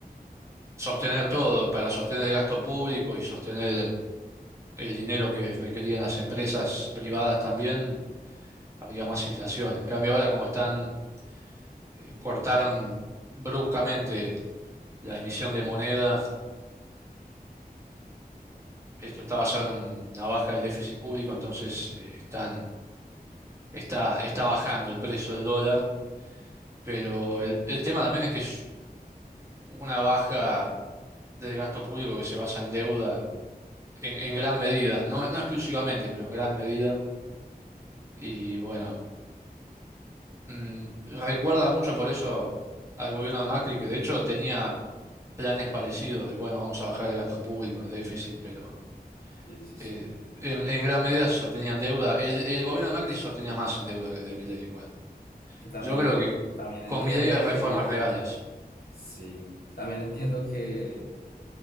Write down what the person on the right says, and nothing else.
sostener todo, para sostener el gasto público y sostener el dinero que requerían las empresas privadas también, había más inflación. En cambio, ahora como están, eh, cortaron bruscamente la emisión de moneda esto está basado en una baja del déficit público, entonces eh, están, está, está bajando el precio del dólar, pero el, el tema también es que es una baja del gasto público que se basa en deuda en, en gran medida, no, no exclusivamente, pero en gran medida. Y bueno, mm, recuerda mucho por eso al gobierno de Macri, que de hecho tenía planes parecidos de, bueno, vamos a bajar el gasto público, el déficit, pero...
eh,
en, en gran medida se sostenían deuda. El, el gobierno de Macri se sostenía más en deuda que el de Milei igual.
Yo creo
que
con
mi ley hay reformas
reales.